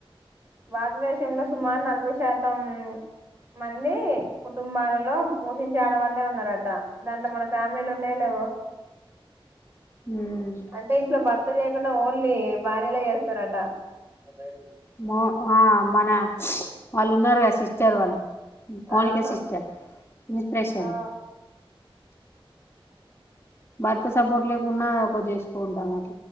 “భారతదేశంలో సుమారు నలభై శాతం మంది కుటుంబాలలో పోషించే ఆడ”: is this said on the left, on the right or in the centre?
Right